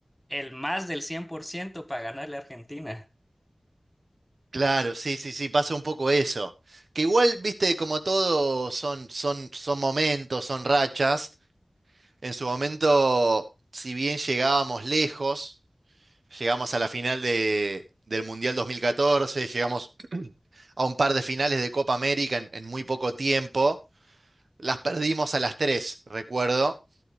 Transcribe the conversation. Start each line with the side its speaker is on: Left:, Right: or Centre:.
Centre: el más del 100% para ganarle a Argentina.
Right: Claro, sí, sí, sí, pasa un poco eso. Que igual, viste, como todo son, son, son momentos, son rachas. En su momento, si bien llegábamos lejos, llegamos a la final de, del Mundial dos mil catorce llegamos a un par de finales de Copa América en en muy poco tiempo. Las perdimos a las tres recuerdo.